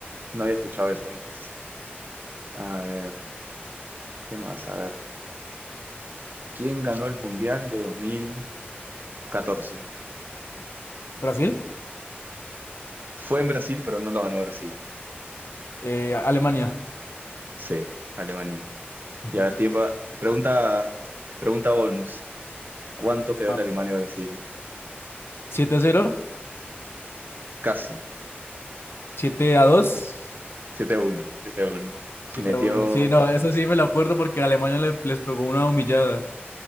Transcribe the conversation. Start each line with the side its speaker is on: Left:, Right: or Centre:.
Right: no había escuchado esa antes. A ver, ¿qué más? A ver. ¿Quién ganó el Mundial de dos mil catorce?
Left: ¿Brasil?
Right: Fue en Brasil, pero no lo ganó Brasil.
Left: Eh, Alemania.
Right: Sí, Alemania.
Left: <laughs>
Right: Y a ver, tiempo, pregunta, pregunta bonus. ¿Cuánto quedó
Left: Ah,
Right: la Alemania-Brasil?
Left: 7 a 0.
Right: Casi.
Left: siete a dos
Right: siete a 1. 7 a 1.
Left: siete
Right: Metió
Left: a 1. Sí, no, eso sí me lo acuerdo porque Alemania le- les pegó una humillada.